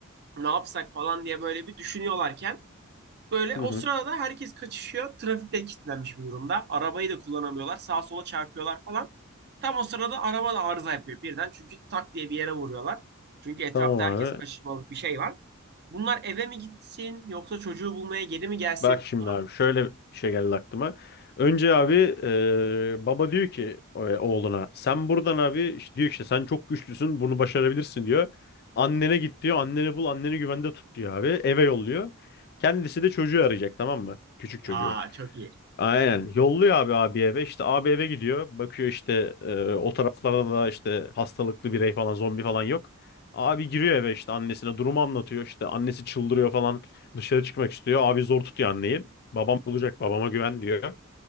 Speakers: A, on the right; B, on the left.
A: ne yapsak falan diye böyle bir düşünüyorlarken Böyle
B: hı.
A: o sırada herkes kaçışıyor. Trafikte kilitlenmiş bir durumda. Arabayı da kullanamıyorlar. Sağa sola çarpıyorlar falan. Tam o sırada araba da arıza yapıyor birden. Çünkü tak diye bir yere vuruyorlar. Çünkü etrafta
B: Tamam
A: herkes
B: abi.
A: kaçışmalık bir şey var. Bunlar eve mi gitsin yoksa çocuğu bulmaya geri mi gelsin?
B: Bak şimdi abi şöyle bir şey geldi aklıma. Önce abi e, baba diyor ki e, oğluna sen buradan abi işte diyor işte sen çok güçlüsün bunu başarabilirsin diyor. Annene git diyor anneni bul anneni güvende tut diyor abi eve yolluyor. Kendisi de çocuğu arayacak tamam mı? Küçük çocuğu.
A: Aa çok iyi.
B: Aynen. Yolluyor abi abi eve. İşte abi eve gidiyor. Bakıyor işte e, o taraflarda da işte hastalıklı birey falan zombi falan yok. Abi giriyor eve işte annesine durumu anlatıyor. İşte annesi çıldırıyor falan. Dışarı çıkmak istiyor. Abi zor tutuyor anneyi. Babam bulacak babama güven diyor.